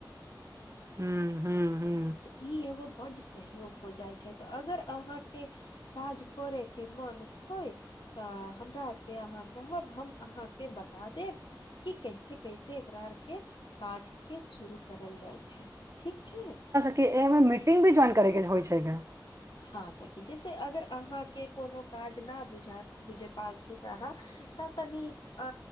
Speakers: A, on the right; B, on the left.
A: ह्म ह्म हूँ।
B: तऽ ई एगो बड्ड सहयोग हो जाइ छै तऽ अगर अहाँके काज करे के मन होय तऽ हमरा आर के आहाँ कहब हम आहाँके बता देब कि कैसे कैसे एकरा आर के काज के शुरू करल जाय छै ठीक छै।
A: के एय मे मीटिंग भी ज्वइन करैके होइ छै क
B: हँ सखी जैसे अगर आहाँके कोनो काज न बुझ बुझय पा छै से आहाँ तऽ तनि अ